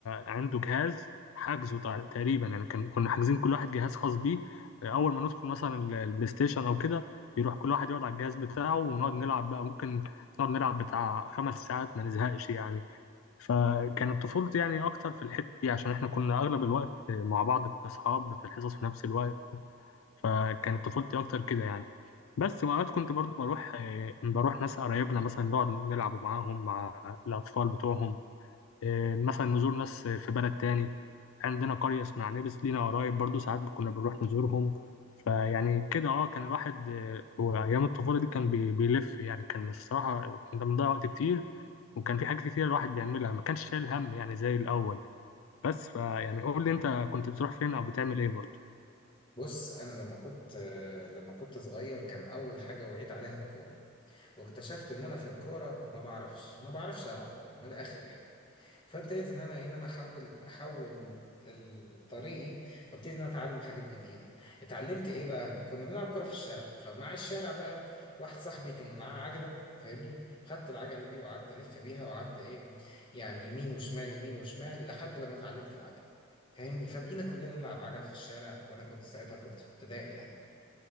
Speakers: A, on the left; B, on the left.
A: عنده جهاز حجزه تع- تقريبا يعني كان كنا حاجزين كل واحد جهاز خاص بيه آه، اول ما ندخل مثلا ال- البلاي ستيشن او كده يروح كل واحد يقعد على الجهاز بتاعه ونقعد نلعب بقى ممكن نقعد نلعب بتاع خمس ساعات ما نزهقش يعني فكانت طفولتي يعني اكتر في الحتة دي عشان احنا كنا اغلب الوقت مع بعض كاصحاب في الحصص في نفس الوقت فكانت طفولتي اكتر كده يعني بس وأوقات كنت برضو بروح آه، بروح ناس قرايبنا مثلا نقعد نلعب معاهم مع الأطفال بتوعهم آه، مثلا نزور ناس في بلد تاني عندنا قرية اسمها عنابس لينا قرايب برضو ساعات كنا بنروح نزورهم فيعني كده اه كان الواحد آه، وأيام الطفولة دي كان بي- بيلف يعني كان الصراحة كنا بنضيع وقت كتير وكان في حاجات كتير الواحد بيعملها ما كانش شايل هم يعني زي الأول بس فيعني قول لي أنت كنت بتروح فين أو بتعمل إيه برضو
B: بص انا لما كنت لما كنت صغير كان اول حاجه وعيت عليها الكوره واكتشفت ان انا في الكوره ما بعرفش ما بعرفش العب كوره من الاخر يعني فابتديت ان انا ايه ان انا احول احول ال- طريقي وابتدي ان انا اتعلم حاجات جديده اتعلمت ايه بقى كنا بنلعب كره في الشارع فمع الشارع بقى واحد صاحبي كان معاه عجله فاهمني خدت العجله دي وقعدت الف بيها وقعدت ايه يعني يمين وشمال يمين وشمال لحد لما اتعلمت العجله فاهمني فبقينا كلنا نلعب عجل في الشارع وانا كنت ساعتها كنت في ابتدائي يعني